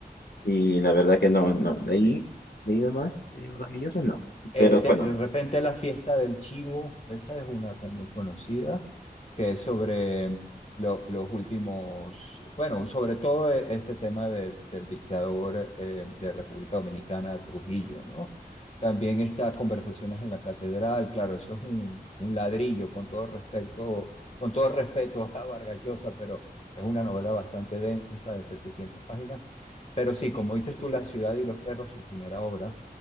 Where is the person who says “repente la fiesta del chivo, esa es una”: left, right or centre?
Left